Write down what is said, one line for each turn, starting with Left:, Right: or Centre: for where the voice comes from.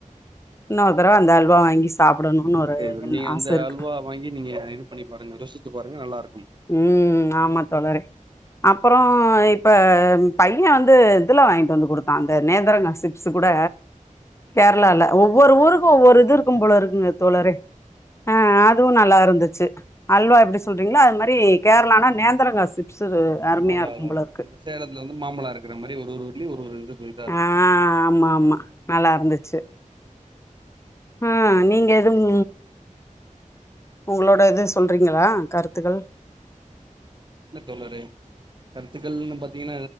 Left: இன்னோரு தடவ அந்த அல்வா வாங்கி சாப்டணுனு ஒரு
Right: சரி,
Left: என்
Right: நீங்க
Left: ஆச
Right: அந்த
Left: இருக்கு
Right: அல்வா வாங்கி நீங்க இது பண்ணி பாருங்க பாருங்க நல்லா இருக்
Left: ம் ஆமா தோழரே அப்பறம் இப்ப பையன் வந்து இதுல வாங்கிட்டு வந்து கொடுத்தா அந்த நேந்திரங்கா சிப்ஸ் கூட
Right: ம்
Left: கேரளால ஒ ஒவ்வொரு ஊருக்கு ஒவ்வொரு இதுருக்கு போல இருக்குங்க தோழரே அ அதுவு நல்லாயிருந்துச்சு அல்வா எப்டி சொல்றீங்களோ அ ப்டி கேரளானா நேந்தரங்க சிப்ஸு அருமையா
Right: அதா
Left: இருக்கும்
Right: அதா
Left: போல
Right: அதா
Left: இருக்கு
Right: நம்ப சேலத்துல வந்து மாம்பழ இருக்கிற மாரி ஒரு ஒரு ஊர்லியு ஒரு ஒரு இது இதா இருக்கு
Left: ஆ ஆமா ஆமா நல்லாருந்துச் சு ஆ நீங்க எதும் ஒங்களோட இது சொல்றீங்களா கருத்துகள்
Right: இல்ல தோழரே கருத்துக்கள்ன்னு பாத்தீங்கன்னா